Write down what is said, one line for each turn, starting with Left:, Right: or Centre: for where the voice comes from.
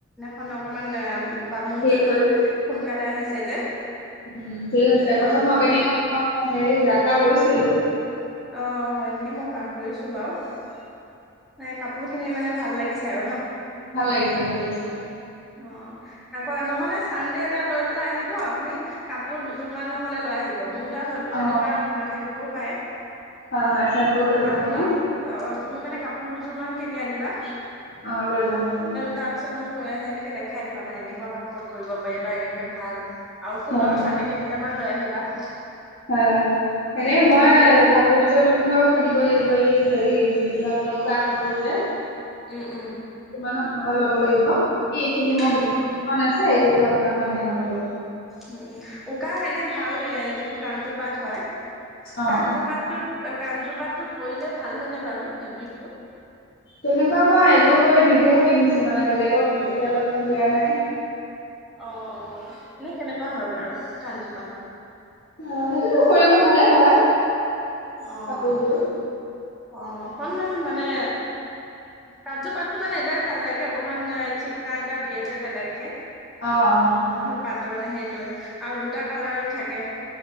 Centre: মানে অকণমান বামুণজনো
Left: ঠিক হৈছে
Centre: সোনকালে আহিছে ছে যে।
Left: উম ঠিক হৈছে
Centre: অ
Left: প্ৰথম
Centre: দোকান
Left: অপেনিঙত মই হে যাত্ৰা কৰিছিলো।
Centre: অ হয় এনেকৈ মই পাহৰিছোঁ বাৰু। হয়। কাপোৰ খিনি মানে ভাল লাগিছে আৰু ন?
Left: ভাল লাগিছে ভাল লাগিছে।
Centre: অ আকৌ নহলে চানডে এটা লৈ পেলাই আহিব আপুনি কাপোৰ দুযোৰ মান নহলে লৈ আহিব। গমো তাত হয়তো
Left: অ
Centre: তেনেকুৱা নাথাকিবও পাৰে।
Left: হয় হয় চেম্পল লৈ যাম
Centre: আপুনি
Left: মই।
Centre: অ তুমি মানে কাপোৰ দুযোৰমান কিনি আনিবা।
Left: অ লৈ যাম বাৰু।
Centre: তাৰ পিছত মোক সেনেকে দেখাই দিবা মানে এনেকুৱা কাপোৰত কৰিব পাৰিব। এনেক ভাল আৰু ফুলৰ
Left: হয়
Centre: চানকি দুটামান লৈ আহিবা। <unintelligible>
Left: হয়
Centre: অ
Left: এনে
Centre: ফুলৰ
Left: মই
Centre: তেতিয়া সেই
Left: কাপোৰ দুযোৰমান বাৰু কিনিব লাগিব এই হেৰি যিবিলাক মানে উকা কাপোৰ যে।
Centre: উম উম
Left: বনাবা লব লাগিব এইখিনি মই
Centre: উম
Left: বনোৱা নাছিলো এই কেইযোৰ আপোনাক মই দেখাম দিয়ক।
Centre: উম উম উকা এনে ভাল এ যিটো কাঞ্চুপাত হয়
Left: অ
Centre: কাঞ্চুপাতটোত কাঞ্চুপাত টো কৰিলে ভাল হয় ন বাৰু ফেব্ৰিকটো?
Left: তেনেকুৱা মই এযোৰ কৰি নিজেহে পিন্ধিছো মানে বেলেগক এতিয়ালৈ মই দিয়া নাই।
Centre: অ অ এনে কেনেকুৱা হয় বাৰু কান্জু পাটটো
Left: অঁ সেইটোতো কৰিব ভালে হয়
Centre: অঁ অঁ
Left: কাপোৰযোৰ
Centre: অঁ অকনমান মানে কান্জুপাতটো মানে এটাই ভাল লাগে অকমান চিকনা এটা দিয়ে যে বেলেগকে
Left: অঁ অঁ হয়।
Centre: পাতৰ সেইটোৱে আৰু দুটা কালাৰত থাকে।